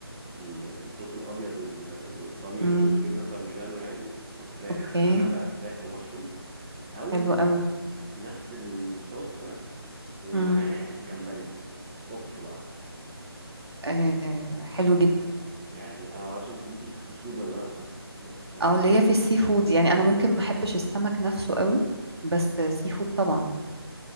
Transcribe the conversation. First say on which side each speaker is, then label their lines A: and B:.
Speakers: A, on the right (about 15°); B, on the right (about 75°).
A: ال- الصوص الابيض وال- والبارم
B: امم
A: والجبنه البارميجانو يعني وفراخ
B: اوكي
A: معاها بقى فراخ ومشروم او
B: حلو قوي
A: نفس الصوص ده ومعاه
B: امم
A: جمبري اوف بقى
B: آه حلو جدا
A: يعني انا ما اعرفش انت ليكي في السي فود ولا لا بس آه،
B: اه اللي هي في السي فود يعني انا ممكن ما احبش السمك نفسه قوي بس سي فود طبعا